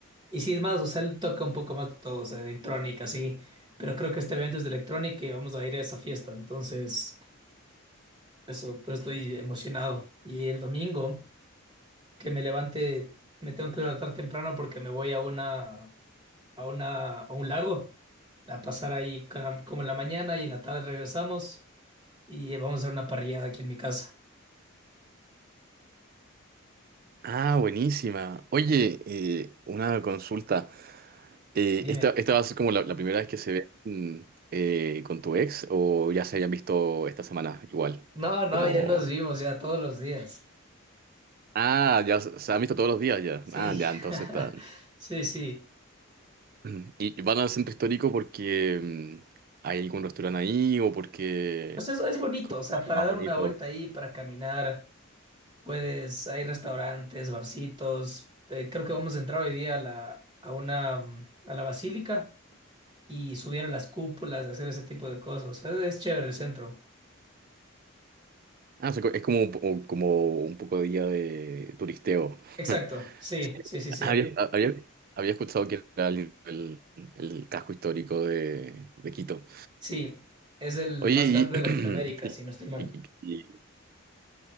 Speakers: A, on the right; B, on the right.
A: y sí, es más, o sea, él toca un poco más de todo, o sea, de electrónica, sí, pero creo que este evento es de electrónica y vamos a ir a esa fiesta, entonces, eso, pero estoy emocionado. Y el domingo, que me levante, me tengo que levantar temprano porque me voy a una, a una, a un lago, a pasar ahí ca- como en la mañana y en la tarde regresamos y vamos a hacer una parrillada aquí en mi casa.
B: Ah, buenísima. Oye, eh, una consulta. Eh,
A: Dime.
B: ¿esta, esta va a ser como la, la primera vez que se ven eh, con tu ex o ya se habían visto esta semana igual?
A: No, no,
B: Como...
A: ya nos vimos ya todos los días.
B: Ah, ya se se han visto todos los días ya.
A: Sí,
B: Ah, ya, entonces
A: <laughs>
B: están...
A: sí, sí.
B: <clears throat> Mm. ¿Y van al centro histórico porque mm, hay algún restaurante ahí o porque
A: O sea, eso es bonito, o sea, para
B: más
A: dar
B: bonito?
A: una vuelta ahí, para caminar, puedes, hay restaurantes, barcitos. Eh, creo que vamos a entrar hoy día a la, a una, mm, a la basílica y subir a las cúpulas, hacer ese tipo de cosas. O sea, es chévere el centro.
B: Ah, o sea, co- es como, un po- o- como un poco de día de turisteo.
A: Exacto,
B: <laughs>
A: sí,
B: Sí.
A: sí, sí, sí.
B: Había, había- había escuchado que era el, el- el casco histórico de, de Quito.
A: Sí, es el
B: Oye,
A: más
B: y,
A: grande de
B: <clears throat>
A: Latinoamérica,
B: y-
A: si no estoy mal.
B: y- y-